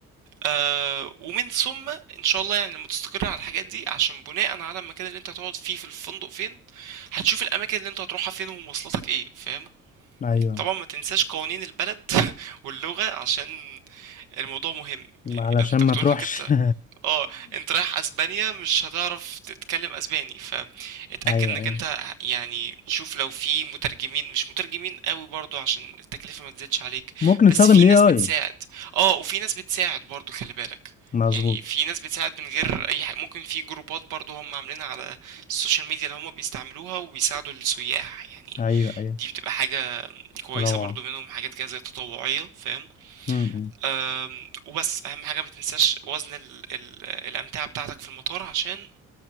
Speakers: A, on the right; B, on the left.
A: آه ومن ثم ان شاء الله يعني لما تستقر على الحاجات دي عشان بناء على المكان اللي انت هتقعد فيه في الفندق فين هتشوف الاماكن اللي انت هتروحها فين ومواصلاتك ايه فاهم
B: ايوه
A: طبعا ما تنساش قوانين البلد <laughs> واللغة عشان الموضوع مهم يعني
B: علشان
A: انت
B: ما
A: بتقول
B: تروحش
A: انك انت
B: <laughs>
A: اه انت رايح اسبانيا مش هتعرف تتكلم اسباني فاتأكد
B: ايوه
A: انك
B: ايوه
A: انت يعني شوف لو في مترجمين مش مترجمين قوي برضو عشان التكلفة ما تزيدش عليك
B: ممكن نستخدم
A: بس في
B: الاي
A: ناس
B: اي
A: بتساعد اه وفي ناس بتساعد برضو خلي بالك
B: مظبوط
A: يعني في ناس بتساعد من غير اي حاجة ممكن في جروبات برضو هم عاملينها على السوشيال ميديا اللي هم بيستعملوها وبيساعدوا السياح يعني
B: ايوه ايوه
A: دي بتبقى حاجة كويسة
B: روعه
A: برضو منهم حاجات كده زي تطوعية فاهم
B: م-م.
A: أم، وبس أهم حاجة ما تنساش وزن ال ال الأمتعة بتاعتك في المطار عشان